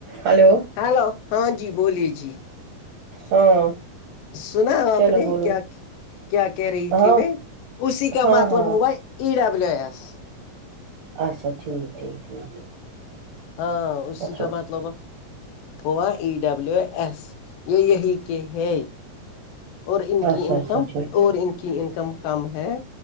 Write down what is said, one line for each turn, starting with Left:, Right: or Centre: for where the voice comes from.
Right: ہلو
Left: ہیلو ہاں جی بولیے جی
Right: ہاں
Left: سنا آپ
Right: چلو
Left: نے
Right: بولو
Left: کیا کیا کہہ رہی
Right: ہاں
Left: تھی میں اسی کا
Right: ہاں
Left: مطلب
Right: ہاں
Left: ہوا ای ڈبلیو ایس
Right: اچھا ٹھیک ٹھیک ٹھیک ٹھیک
Left: ہاں اسی
Right: اچھا
Left: کا مطلب پا ای ڈبلیو ایس یہ یہی کے ہے اور ان
Right: اچھا
Left: کی انکم
Right: اچھا ٹھیک
Left: اور ان کی انکم کم ہے